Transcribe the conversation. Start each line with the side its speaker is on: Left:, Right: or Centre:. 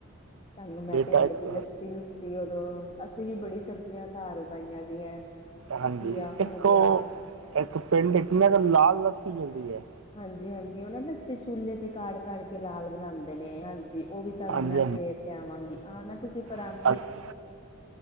Left: ਤੁਹਾਨੂੰ ਮੈਂ
Right: ਬੇਟਾ
Left: ਪਿੰਡ
Right: ਇੱਕ
Left: ਦੀ ਲੱਸੀ ਲੁੱਸੀ ਉਦੋਂ ਅਸੀਂ ਵੀ ਬੜੀ ਸਬਜ਼ੀਆਂ ਘਰ ਉਗਾਈਆਂ ਦੀਆਂ।
Right: ਹਾਂਜੀ
Left: ਘੀਆ
Right: ਇੱਕ
Left: ਹੋ ਗਿਆ
Right: ਉਹ, ਇੱਕ ਪਿੰਡ ਇੱਕ ਨਾ ਲਾਲ ਲੱਸੀ ਮਿਲਦੀ ਆ।
Left: ਹਾਂਜੀ-ਹਾਂਜੀ ਉਹ ਨਾ ਲੱਸੀ ਚੁੱਲ੍ਹੇ ਤੇ ਕਾੜ-ਕਾੜ ਕੇ ਲਾਲ ਬਣਾਉਂਦੇ ਨੇ ਹਾਂਜੀ। ਉਹ ਵੀ ਤੁਹਾਨੂੰ
Right: ਹਾਂਜੀ
Left: ਮੈਂ ਪੇ ਪਿਆਵਾਂਗੀ ਆਨਾ ਤੁਸੀਂ ਪਰ ਆਂਦੇ
Right: ਹਾਂਜੀ
Left: ਈ ਨਹੀਂ।